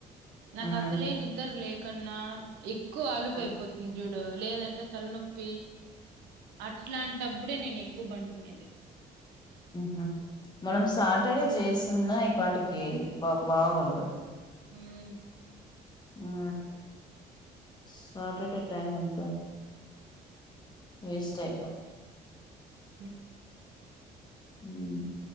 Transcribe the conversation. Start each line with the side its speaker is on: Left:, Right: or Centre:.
Right: నాకు
Left: ఉమ్,
Right: అసలే నిద్దరు లేక కన్నా ఎక్కువ ఆలుపు
Left: ఆ
Right: అయిపోతుంది చూడు
Left: ఉమ్
Right: లేదంటే తలనొప్పి అట్లాంటప్పుడే నేను ఎక్కువ బండుకునేది
Left: హ మనం సాటర్డే చేసిన ఈ పాటికి బాగుండు
Right: మ్మ్
Left: ఆ సటర్డే టైమ్ అంత వేస్ట్ ఐపో
Right: అ
Left: హ్మ్